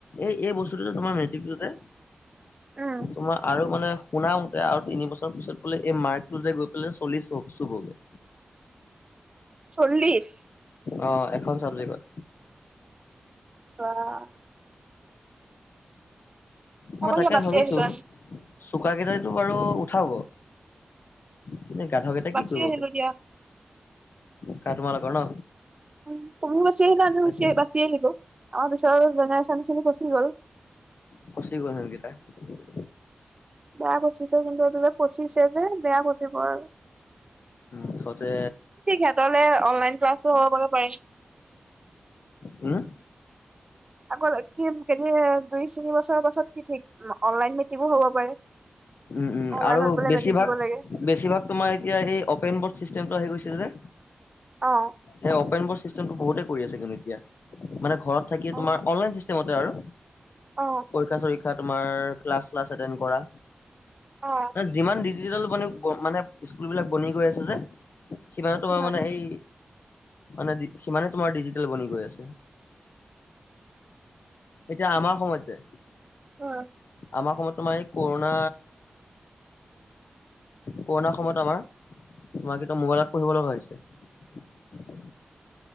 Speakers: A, on the left; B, on the right.
A: এই-এই বস্তুটোতে তোমাৰ মেট্ৰিকটোতে
B: উম
A: তোমাৰ আৰু মানে শুনাওতে আৰু তিন বছৰ পিছত বোলে এই মাৰ্কটো যে গৈ পেলাই চলিছ চুবগে
B: চল্লিশ
A: অ, এখন চাবজেক্টত
B: আহ,
A: মই
B: হ'ব
A: তাকে
B: দিয়া বাচি
A: ভাবিছো
B: আহিলো
A: <unintelligible> কেইটাই বাৰু উঠাব কিন্তু, গাধকেইটা
B: বাচি
A: কি কৰিবগে
B: আহিলো দিয়া
A: কাৰ তোমালোকৰ ন?
B: উ, তুমিও বাচি আহিলা আমিও
A: তাকে
B: আহ বাচি আহিলো আমাৰ পিচৰৰ জেনেৰেশ্যন খিনি গুচি গ'ল
A: ফছি গল হিহঁত কি ত <unintelligible>
B: বেয়া পছিছে কিন্তু এইটো পচিছে যে বেয়া পচিব আৰু
A: মুঠতে
B: কেতলে অনলাইন ক্লাছো হ'ব পাব পাৰে।
A: হম
B: আগ কি কেনে দুই তিনি বছৰৰ পাছত কি ঠিক অনলাইন <unintelligible> হ'ব পাৰে। <inaudible>
A: উম
B: অনলাইনত
A: আৰু
B: বোলে
A: বেছিভাগ
B: মেট্ৰিক দিব লাগে
A: বেছিভাগ তোমাৰ এতিয়া এই অপেন বৰ্ড চিষ্টেমটো আহি গৈছে যে
B: অ
A: সেই অপেন ব <unintelligible> বহুতে কৰি আছে কিন্তু এতিয়া মানে ঘৰত থাকি
B: অ
A: তোমাৰ অনলাইন চিষ্টেমতে আৰু,
B: অ
A: পৰী তোমাৰ স্কাছ চাচ এতেনদ কৰা,
B: অ
A: যিমান মান মানে স্কুল বিলাক বনি গৈ আছে যে সিমানে তোমাৰ
B: উম
A: মানে এই মানে সিমানে তোমাৰ ডিজিটেল বনি গৈ আছে। এতিয়া আমাৰ সময়ত যে
B: উম,
A: আমাৰ সময়ত তোমাৰ এই কৰোনা কৰণাৰ সময়ত আমাৰ মোবাইলত পঢ়িব লগা হৈছে।